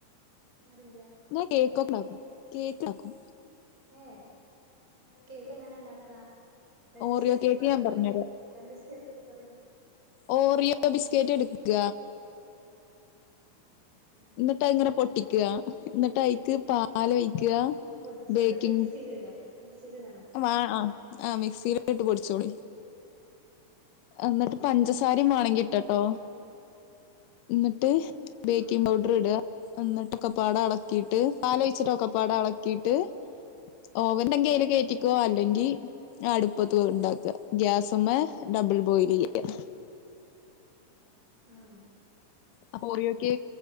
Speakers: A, on the right; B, on the left.
A: അറീല്ല
B: ന കേക്കും നം കേക്ക്ണാക്കും
A: ഏ കേക്ക് എങ്ങനെ ഇണ്ടാക്ക രണ്ട്
B: ഓറിയോ
A: സ്റ്റെപ്പ്
B: കേക്ക്
A: പറി
B: ഞാൻ പറഞ്ഞരാ
A: രണ്ട് സ്റ്റെപ്പ് പറി
B: ഓറിയോ ബിസ്കറ്റ് ഇട്ക്ക
A: ആ
B: ഇന്നട്ട് അത്ങ്ങനെ പൊട്ടിക്ക ഇന്നട്ട് അയിക്ക് പാൽ ഒഴിക്ക
A: പൊടിച്ച
B: ബേക്കിംഗ്
A: മിക്സിൽ ഇടാ മിക്സിൽ ഇടണം
B: വാ അ അ മിക്സിയില് ഇട്ട് പൊടിച്ചോളി ഇന്നട്ട് പഞ്ചസാരിം
A: ആ
B: വാണങ്കിട്ടട്ടോ ഇന്നട്ട് ബേക്കിംഗ്
A: ആ
B: പൗഡർ ഇട ഇന്നട്ടൊക്കപ്പാട അളക്കിയിട്ട് പാലഴിച്ചട്ടൊക്കപ്പാട അളക്കിയിട്ട് ഓവണ്ടങ്കി അയ്ല് കേറ്റി ക്കോ അല്ലെങ്കി
A: ഉം
B: അടുപ്പത്ത് ഉണ്ടാക്കുക ഗ്യാസ്മ്മെ ഡബിൾ ബോയിൽ ചെയ്യുക
A: ആഹ്
B: അപ്പോറിയോകേ